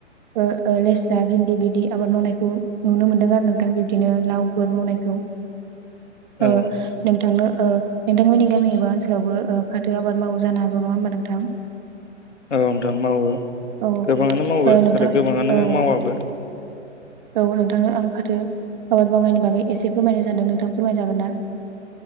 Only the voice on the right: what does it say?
<unintelligible> लेस्रा भिन्दि बिदि आबाद मावनायखौ नुनो मोन्दों आरो नों गां बिबदिनो लावफोर मावनाय खौ <unintelligible>
ओ नोंथांनो ओ नोंथांमोननि गामि एबा ओनसोलावबो ओ फाथो आबाद मावो जानो हागौ नङा होमबा नोंथां?
औ
ओ नोंथां
औ
औ नों थाङो आं फाथो आबाद मावनायनि बागै एसे फोरमायनो सानदों नोंथां फोरमाय जागोन ना?